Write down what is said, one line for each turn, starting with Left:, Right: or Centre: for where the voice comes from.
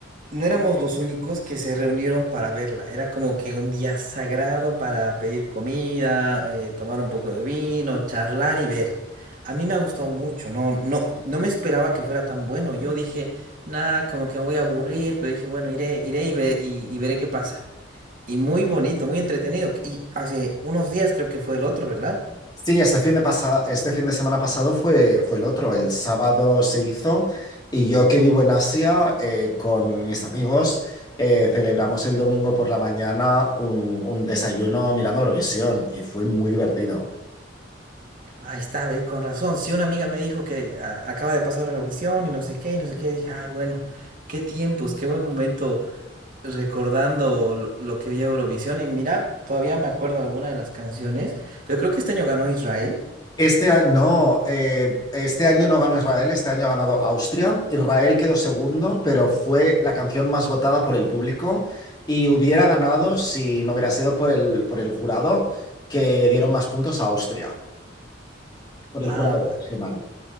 Right: no éramos los únicos que se reunieron para verla. Era como que un día sagrado para pedir comida, eh, tomar un poco de vino, charlar y ver. A mí me ha gustado mucho, no, no, no me esperaba que fuera tan bueno. Yo dije, nada, como que me voy a aburrir, pero dije, bueno, iré, iré y, ve- y y veré qué pasa. Y muy bonito, muy entretenido. Y hace unos días creo que fue el otro, ¿verdad?
Left: Sí, este fin de pasa- este fin de semana pasado fue, fue el otro. El sábado se hizo y yo que vivo en Asia eh, con mis amigos eh, celebramos el domingo por la mañana un, un desayuno mirando Eurovisión y fue muy divertido.
Right: Ahí está, ve, con razón. Sí, una amiga me dijo que a- acaba de pasar a Eurovisión y no sé qué, y no sé qué. Dije, ay, bueno, qué tiempos, qué buen momento recordando lo, lo que vi a Eurovisión. Y mira, todavía me acuerdo alguna de las canciones, pero creo que este año ganó Israel.
Left: Este año, no, eh, este año no ganó Israel, este año ha ganado Austria. Israel quedó segundo, pero fue la canción más votada por el público y hubiera ganado si no hubiera sido por el, por el jurado que dieron más puntos a Austria. por el
Right: Ah,
Left: jurado
Right: bueno.
Left: profesional.